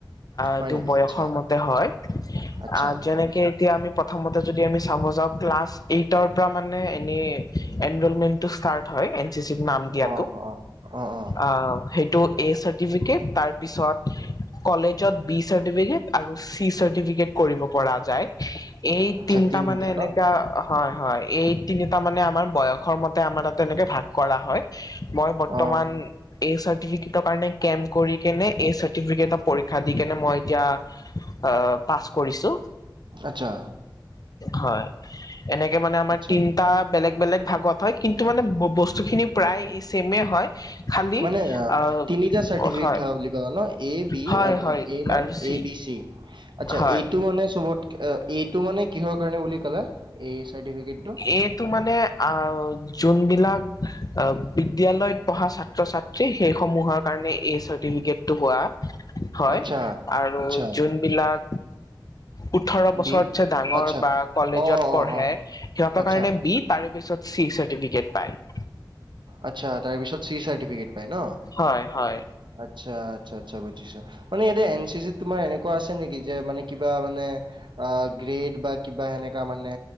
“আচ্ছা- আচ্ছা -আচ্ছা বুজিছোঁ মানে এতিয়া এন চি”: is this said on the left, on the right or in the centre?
Right